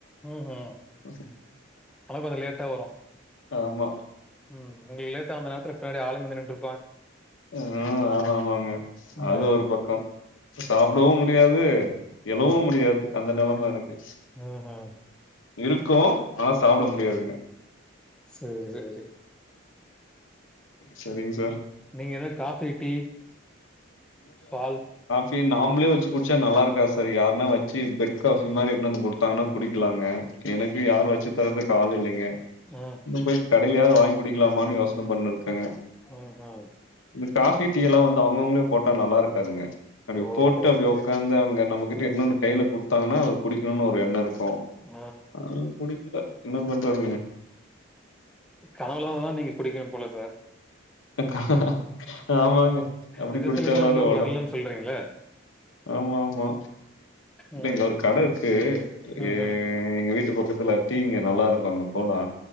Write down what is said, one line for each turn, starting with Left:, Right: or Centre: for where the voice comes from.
Centre: ம் ஹும்
Left: சார்
Centre: அது கொஞ்சோ லேட்டா வரு
Left: ஆமா
Centre: ம் உங்குளுக்கு லேட்டா அந்த நேரத்துல பின்னாடி ஆளுங்க வந்து நின்று
Left: ஆ ஆமா ஆமாங்க
Centre: அ.
Left: அது ஒரு பக்கோ சாப்டவு முடியாது எழவு முடியாது அந்த நெலம எனக்கு
Centre: ஓ ஹோ
Left: இருக்கு ஆனா சாப்ட முடியாதுங்க
Centre: சேரி சேரி
Left: செரிங் சார்
Centre: நீங்க எது காஃபி டீ பால்
Left: டீ நாம்ளே வச்சு குடிச்சா நல்லா இருக்கா சார் யாருன்னா வச்சு பெட் காஃபி மாரி எடுத்துன் வந்து குடுத்தாங்கன்னா குடிக்கலாங்க எனக்கு யாரு வச்சு தரதுக்கு ஆளு இல்லைங்க
Centre: ஓ
Left: இன்னு போய் கடைலயாது வாங்கி குடிக்கலாமான்னு யோசன பண் இருக்கங்க
Centre: ஓ ஹோ
Left: இந்த காஃபி டீ எல்லா வந்து அவங்கவுங்களே போட்டா நல்லா இருக்காதுங்க அப்டி
Centre: ஓகே,
Left: போட்டு அப்டி
Centre: ஓகே.
Left: ஒக்காந்து அவங்க நம்மகிட்ட
Centre: ம்.
Left: எட்டுன் வந்து கைல குடுத்தாங்கன்னா அது குடிக்கணுன்னு ஒரு எண்ணோ இருக்கு
Centre: ஓ
Left: ஆ குடிக்கல என்ன பண்றதுங்க
Centre: கனவுல தா நீங்க குடிக்கணு போல சார்
Left: அ கா ஆமாங்க அப்டி
Centre: நிஜத்துல
Left: குடிச்சாலாது
Centre: தான் இன்னும்
Left: ஓட
Centre: வரலன்னு சொல்றீங்களே?
Left: ஆமா ஆமா
Centre: ம்.
Left: இங்க ஒரு கட இருக்கு
Centre: ம்ஹ்ம்.
Left: ஏ எங்க இங்க வீட்டு பக்கத்துல டீ இங்க நல்லாருக்கு அங்க போனா